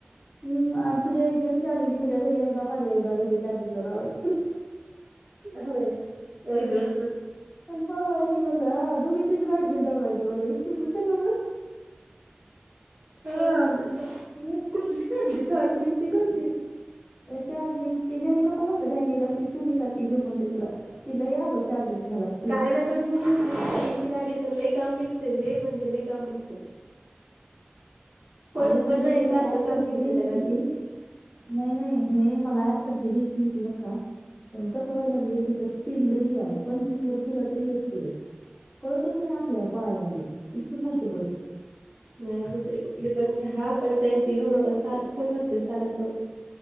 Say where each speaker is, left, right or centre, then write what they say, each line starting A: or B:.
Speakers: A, on the left; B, on the right.
A: हम् आणि तुझ्या एक दिवस चार्जिंग तुझ्या घरी एकदा माझ्या एकदा घरी चार्जिंगला लावायंचं
B: होय एक दिव
A: पण पळवायची म्हणला दोघीची बि लाईट बिल जळवायचं म्हणलं एकटीचंच कशाला
B: हा
A: म्हणते
B: ते कुठली ठरली चारजिंगची काय ती?
A: चार्जिंगची हेंनी नको म्हणताहेत ह्यांनी कसली सुनी सारखी घेऊ म्हणताहेत तुला ती लई अगं चार्जिंग ठेवाय लागतं
B: काय नका घेऊ त गाडीचं लय काम निघते लय म्हणजे लय काम निघते पळत
A: अगं पण
B: नाही
A: हे
B: सारखं
A: मला <unintelligible>
B: काम निघते
A: घ्यायची
B: त्या गाडीत
A: होती नाही नाही हे मलात खर्ची द्यायची होती बर का? पण कसं व्हाय लागलय त्याच्या स्पीड लई हाय अगं पंचवीस वर ठेवला तरी लई स्पीड आहे कळतच नाही आपल्याला पळायला लागली की इतकी फास्ट पळते
B: नाही दुसरी कुठली पण घ्या पण त्यांची घेऊ नका सारखं खर्च हाय सारखं